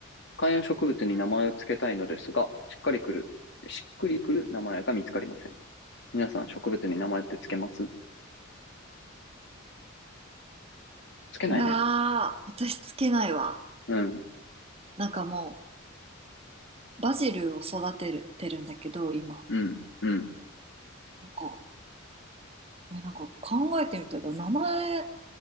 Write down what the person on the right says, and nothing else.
いやー、私つけないわ。
なんかもう、バジルを育てる、てるんだけど、今。
なんか、え、なんか考えてみたら、名前